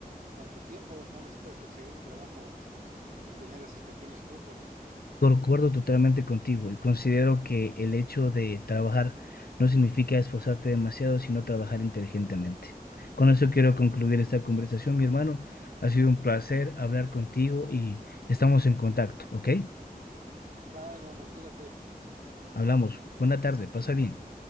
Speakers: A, on the right; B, on the left.
A: con tu tiempo, aún así puedes conseguir un trabajo y tener esos pequeños flujos.
B: Concuerdo totalmente contigo y considero que el hecho de trabajar no significa esforzarte demasiado, sino trabajar inteligentemente. Con eso quiero concluir esta conversación, mi hermano. Ha sido un placer hablar contigo y estamos en contacto, ¿ok?
A: Va, hermano, cuídate.
B: Hablamos. Buena tarde, pasa bien.